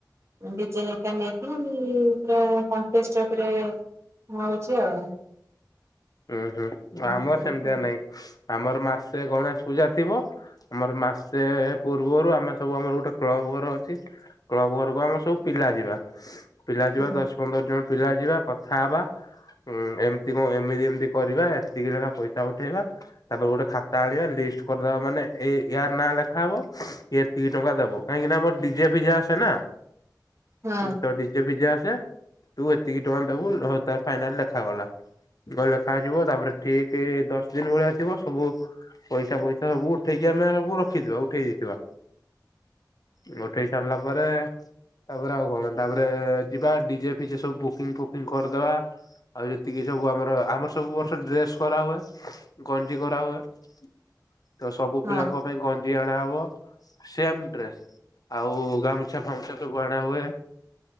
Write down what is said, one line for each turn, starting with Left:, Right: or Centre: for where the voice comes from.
Right: ଡିଜେ ହେକା ନେଇକି ପୁରା କଣ୍ଟେଷ୍ଟ ଚା ଉପରେ। ହଉଛି ଆଉ।
Left: ଉଁ ହୁଁ
Right: ଏମିତି
Left: ଆମର ସେମିତିଆ
Right: ଅଛି ଆଉ।
Left: ନାଇଁ ଆମର ମାସେ ଗଣେଶ ପୂଜା ଥିବ। ଆମର ମାସେ ପୂର୍ବରୁ ଆମେ ସବୁ ଆମର ଗୋଟେ କ୍ଳବ ଘର ଅଛି। କ୍ଲବ୍ ଘରକୁ ଆମେ ସବୁ ପିଲା ଯିବା। ପିଲା
Right: ହଁ
Left: ଯିବା ଦଶ, ପନ୍ଦର ଜଣ ପିଲା ଯିବା କଥା ହବା ଉଁ ଏମିତି କଣ ଏମିତି ଏମ କରିବା ଏତିକି ଲେଖା ପଇସା ଉଠେଇବା। ତାପରେ ଗୋଟେ ଖାତା ଆଣିବା ଲିଷ୍ଟ କରିଦବା ମାନେ ଏଇ ୟାର ନାଁ ଲେଖାହବ ଇଏ ଏତିକି ଟଙ୍କା ଦେବ। କାହିଁକି ନା ଆମର ଡି ଜେ ଫିଜେ ଆସେ ନା
Right: ହଁ
Left: ଉଁ ତ ଡ଼ି ଡି ଜେ ଫିଜେ ଆସେ ତୁ ଏତିକି ଟଙ୍କା ଦେବୁ ହଁ ତାର ଫାଇନାଲ ଲେଖାଗଲା ଗଲା ଖା ଯିବ ତାପରେ ଠିକ ଦଶ ଦିନ ଭଳିଆ ଥିବ ସବୁ। ପଇସା ପଇସା ସବୁ ଉଠେଇକି ଆମେ ସବୁ ରଖିଥିବା ଉଠେଇ ଦେଇଥିବା ଉ ଉଠେଇ ସାରିଲା ପରେ। ତାପରେ ଆଉ କଣ ତାପରେ ଯିବା ଡି ଜେ ଫିଜେ ସବୁ ବୁକିଙ୍ଗ ଫୁକିଙ୍ଗ କରିଦବା। ଆଉ ଯେତିକି ସବୁ ଆମର ଆମର ସବୁ ବର୍ଷ ଡ୍ରେସ କରା ହୁଏ ଗଞ୍ଜି କରାହୁଏ ତ ସବୁ
Right: ହଁ।
Left: ପିଲାଙ୍କ। ପାଇଁ ଗଞ୍ଜି ଅଣାହବ। ସେମ ଡ୍ରେସ ଆଉ ଗାମୁଛା ଫାମୁଛା ସବୁ ଅଣା ହୁଏ।